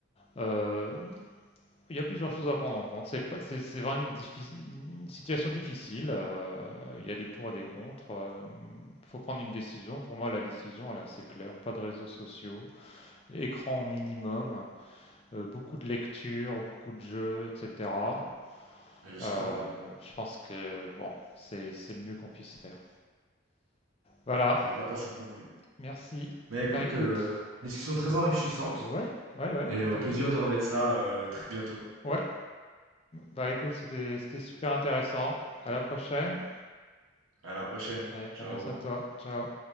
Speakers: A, on the left; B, on the right.
A: Euh, il y a plusieurs choses à prendre en compte. C'est pas- c'est- c'est vraiment une, diffi- une situation difficile. euh, il y a des pour et des contre. Il faut prendre une décision. Pour moi, la décision, elle est assez claire. Pas de réseaux sociaux, écran au minimum, euh, beaucoup de lectures, beaucoup de jeux, etc.
B: Mhm. Et le sport,
A: Euh,
B: beaucoup.
A: je pense que bon, c'est c'est le mieux qu'on puisse faire. Voilà.
B: Je partage son point de vue.
A: Merci.
B: Mais écoute,
A: Bah écoute,
B: euh, discussion très enrichissante
A: ouais, ouais, ouais,
B: et
A: tout
B: euh,
A: à
B: au plaisir
A: fait.
B: de remettre ça euh, très bientôt.
A: Ouais. Bah écoute, c'était c'était super intéressant. À la prochaine.
B: À la prochaine.
A: Allez, prends
B: Ciao.
A: bien soin de toi. Ciao.